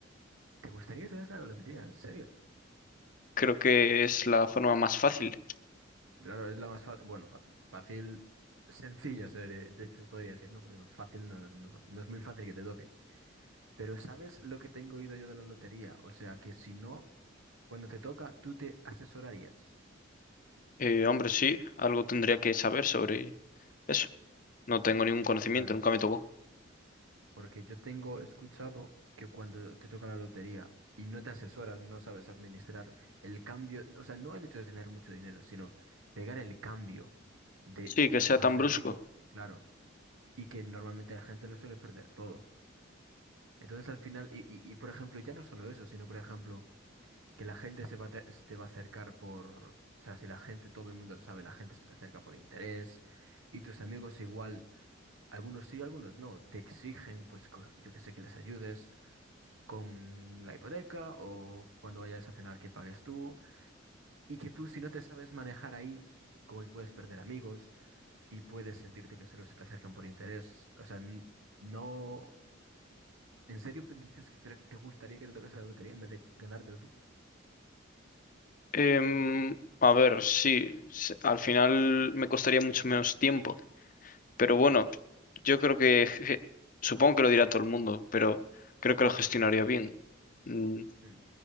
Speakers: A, on the right; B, on the left.
A: ¿Te gustaría que te vayas a la lotería? ¿En serio?
B: Creo que es la forma más fácil.
A: Claro, es la más fácil. Bueno, fácil. Fácil, sencilla, se de- de- <laughs> podría decir, ¿no? Porque bueno, fácil no, no, no es muy fácil que te toque. Pero ¿sabes lo que tengo oído yo de la lotería? O sea, que si no, cuando te toca, tú te asesorarías.
B: Eh, hombre, sí, algo tendría que saber sobre eso. No tengo ningún conocimiento,
A: Claro.
B: nunca me tocó.
A: Porque yo tengo escuchado que cuando te toca la lotería y no te asesoras, no sabes administrar el cambio, o sea, no el hecho de tener mucho dinero, sino pegar el cambio de
B: Sí, que
A: no
B: sea tan
A: ser
B: brusco.
A: rico, claro, y que normalmente la gente lo suele perder todo. Entonces al final, y, y, y por ejemplo, ya no solo eso, sino por ejemplo... que la gente se va a te, se te va a acercar por, o sea, si la gente, todo el mundo lo sabe, la gente se te acerca por interés y tus amigos igual, algunos sí, algunos no, te exigen, pues co- yo que sé, que les ayudes con la hipoteca o cuando vayas a cenar que pagues tú y que tú si no te sabes manejar ahí, como que puedes perder amigos y puedes sentirte que solo se te acercan por interés, o sea, n- no, ¿en serio dices que pre- te gustaría que te tocase la lotería en vez de ganártelo tú?
B: Em, a ver, sí, s- al final me costaría mucho menos tiempo, pero bueno, yo creo que, je- supongo que lo dirá todo el mundo, pero creo que lo gestionaría bien. Mm,
A: Mm.